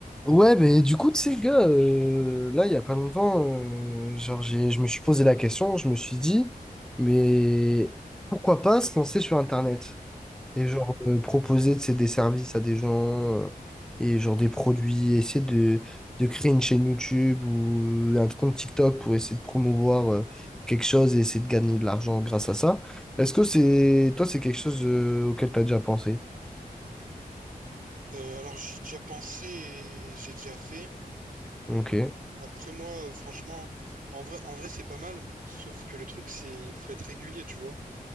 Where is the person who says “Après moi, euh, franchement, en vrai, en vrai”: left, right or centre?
Right